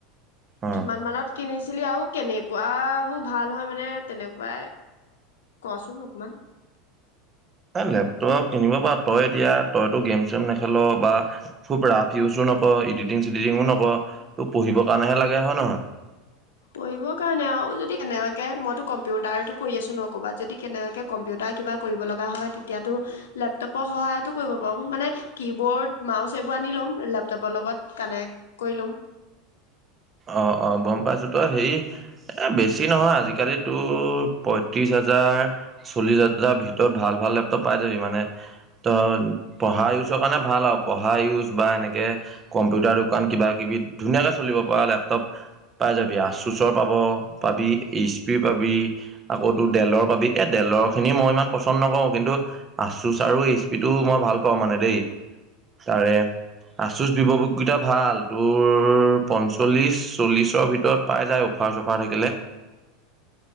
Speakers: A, on the right; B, on the left.
A: অ
B: কিমান মানত কিনিছিলি আও কেনেকুৱা বো ভাল হয় মানে তেনেকুৱাই ক চোন অকোমান
A: এ, লেপটপ কিনিব পাঅ তই এতিয়া তইতো গেম চেম নেখেল বা খুব ৰাফ ইউচো নকৱ ইডিটিং চিদিটিঙো নক ত' পঢ়িব কাঅণেহে লাগে হয় নহয়
B: পঢ়িব কাৰণে আও যদি কেনেবাকে মইতো কম্পিউটাৰতো কৰি আছোঁ ন ক'বাত যদি কেনেবাকে কম্পিউটা কিবা কৰিব লগা হয় তেতিয়াতো লেপটপ্ সহায়তো কৰিব পাৰোঁ মানে কি বৰ্ড, মাউচ এইবো আনি ল'ম লেপটপ লগত কানেক কই লম
A: অ', অ', গম পাইছোঁ ত হেই এ, বেছি নহয় আজিকালি তোৰ পয়ত্ৰিশ হাজাৰ চল্লিশ হাজাৰ ভিতৰত ভাল ভাল লেপটপ পাই যাবি মানে ত' পঢ়া ইউচ্ কাৰণে ভাল আও পঢ়া ইউচ বা এনেকে কম্পিউটা দোকান কিবা কিবি ধুনীয়াকে চলিব পআ লেপটপ পাই যাবি আচোচৰ পাব পাবি এইচপি পাবি আকৌ তোৰ ডেলৰ পাবি এ, ডেলৰ খিনি মই ইমান পচন নকও কিন্তু আচোচ আৰু এইচপিটো মই ভাল পাওঁ মানে দেই তাৰে আচুচ <unintelligible> কিটা ভাল তোৰ পঞ্চল্লিছ, চল্লিছ্ ভিতৰত পাই যায় অফাৰ চফাৰ থাকিলে।